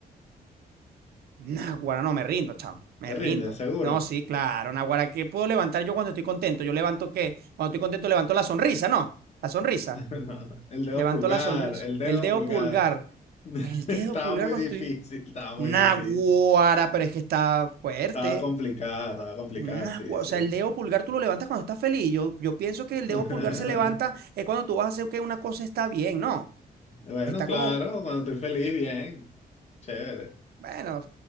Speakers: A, on the right; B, on the left.
A: Naguará, no, me rindo, chamo, me
B: Te
A: rindo.
B: rinde, seguro.
A: No, sí, claro, Naguará, ¿qué puedo levantar yo cuando estoy contento? Yo levanto qué, cuando estoy contento levanto la sonrisa, ¿no? La sonrisa,
B: <laughs> No, el dedo
A: levanto
B: pulgar,
A: la sonrisa.
B: el dedo
A: El dedo
B: pulgar.
A: pulgar,
B: <laughs>
A: el
B: Estaba
A: dedo pulgar
B: muy
A: cuando
B: difícil,
A: estoy...
B: estaba muy
A: Naguará,
B: difícil.
A: pero es que está fuerte.
B: Estaba complicada, estaba complicada,
A: Naguará,
B: sí, sí.
A: o sea, el dedo pulgar tú lo levantas cuando estás feliz. Yo, yo pienso que el
B: <laughs>
A: dedo pulgar se levanta es cuando tú vas a hacer que una cosa está bien, ¿no?
B: Bueno,
A: Está
B: claro,
A: como
B: cuando estoy feliz, bien. Chévere.
A: Bueno,